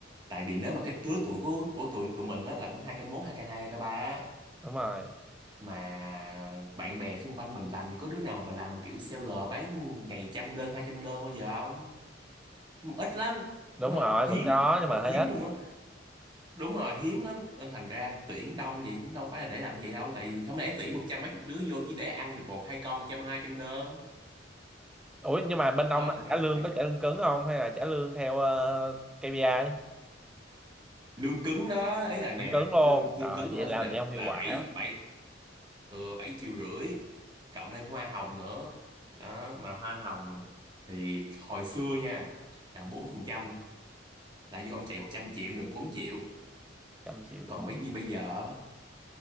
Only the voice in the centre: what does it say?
Đúng rồi.
Đúng
rồi, vẫn
có nhưng
mà
hơi
ít.
Ủa nhưng mà bên ông
là
trả lương
có trả lương cứng không hay là trả lương theo ờ, KPI?
Vẫn cứng
luôn.
Ờ
vậy
làm
gì không hiệu
quả.
Trăm triệu được
có 4
triệu.